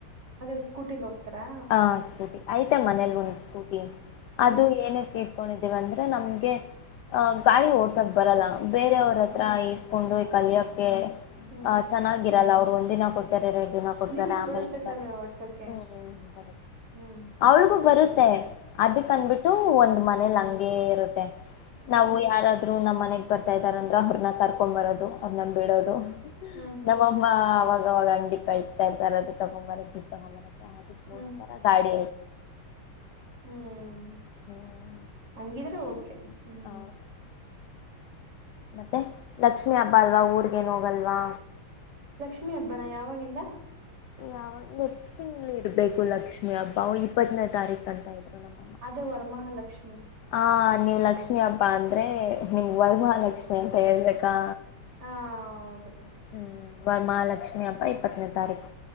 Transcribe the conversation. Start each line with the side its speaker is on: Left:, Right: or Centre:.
Right: ಅಂದ್ರೆ ಸ್ಕೂಟಿಲಿ ಹೋಗ್ತಾರಾ.
Left: ಹ ಸ್ಕೂಟಿ ಆಯ್ತಾ ಮನೇಲಿ ಒಂದು ಸ್ಕೂಟಿ ಅದು
Right: ಹ್ಮ್
Left: ಏನಕ್ಕೆ ಕೊಂಡಿದೀವ ಅಂದ್ರೆ ನಮ್ಗೆ ಅ ಗಾಳಿ ಓಡ್ಸಕ್ ಬರಲ್ಲ ಬೇರೆಯವ್ರ
Right: ಹ್ಮ್
Left: ಹತ್ರ. ಕೊಂಡು ಈ ಕಲಿಯೋಕ್ಕೆ
Right: ಹ್ಮ್
Left: ಆ ಚೆನ್ನಾಗಿರಲ್ಲ ಅವ್ರು ಒಂದ ದಿನ ಕೊಡ್ತಾರೆ ಎ ದಿನ ಕೊಡ್ತಾರೆ
Right: ನಿಮಗ್
Left: ಆಮೇಲೆ
Right: ಬರುತ್ತೆ
Left: ಕಡಲ್ಲ
Right: ತಾನೆ ಓಡ್ಸಕ್ಕೆ
Left: ಹ್ಮ್ ಹ್ಮ್ ಹ್ಮ್
Right: ಹ್ಮ್
Left: ಅವಳಗೂ ಬರುತ್ತೆ ಅದಕ್ಂದಬಿಟ್ಟು
Right: ಹ್ಮ್
Left: ಒಂದ್ ಮನೇಲಿ ಹಂಗೇ ಇರುತ್ತೆ. ನಾವು
Right: ಹ್ಮ್
Left: ಯಾರಾದ್ರು ನಮ್ಮನೆಗ್ ಬರ್ತಾ ಇದಾರಂದ್ರ ಅವರ್ನ ಕರ್ಕೊ ಬರೋದು ಅವ್ರನ ಬೀಳೋದು
Right: ಹ್ಮ್
Left: ನಮ್ಮಮ್ಮ ಅವವಾಗವಾಗ ಅಂಗಡಿ ಕಳಸ್ತಾ ಇರ್ತಾರೆ ಅದು ತೊಗಗೊಂಬರ ಇದು ತಗೊಂಬರ <unintelligible>
Right: ಹ್ಮ್
Left: ಗಾಡಿ
Right: ಹುಂ
Left: ಹ್ಮ್
Right: ಹಂಗಿದ್ರೆ ಓಕೆ ಹುಂ
Left: ಹೌದು ಮತ್ತೆ ಲಕ್ಷ್ಮೀ ಹಬ್ಬಾ ಅಲ್ವಾ ಊರಿಗೇನು ಹೋಗಲ್ವಾ
Right: ಲಕ್ಷ್ಮಿ ಹಬ್ಬನಾ ಯಾವಾಗಿಂದಾ
Left: ಯಾವ ನೆಕ್ಸ್ಟ್ ತಿಂಗಳ ಇರ್ಬೇಕು ಲಕ್ಷ್ಮಿ ಹಬ್ಬಾ ಇಪ್ಪತ್ತನೇ ತಾರೀಕು ಅಂತ ಇದ್ರು ನಮ್ಮ
Right: ಅದು ವರಮಹಾಲಕ್ಷ್ಮಿ
Left: ಆ ನೀವ್ ಲಕ್ಷ್ಮಿ ಹಬ್ಬಾ ಅಂದ್ರೆ ನಿಮ್ಮಗ ವರಮಹಾಲಕ್ಷ್ಮಿ ಅಂತಾ ಹೇಳ್ಬೇಕಾ
Right: ಹಾ ಹೌದು.
Left: ಹುಂ ವರಮಹಾಲಕ್ಷ್ಮಿ ಹಬ್ಬಾ ಇಪ್ಪತ್ತನೇ ತಾರೀಕು